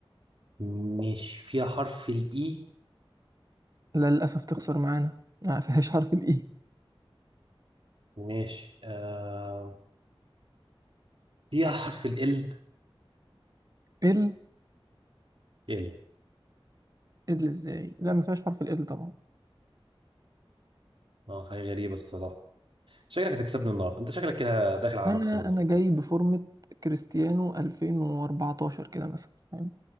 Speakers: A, on the right; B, on the right.
A: ماشي فيها حرف الاي
B: لا للأسف تخسر معانا ما فيهاش حرف الاي
A: ماشي آه... فيها حرف ال
B: ال
A: ال
B: ال ازاي لا ما فيهاش حرف ال طبعا
A: اه حاجه غريبه الصراحه شكلك هتكسبني النهارده انت شكلك كده داخل على
B: انا
A: مكسب النهارده
B: انا جاي بفورمة كريستيانو 2014 كده مثلا فاهم؟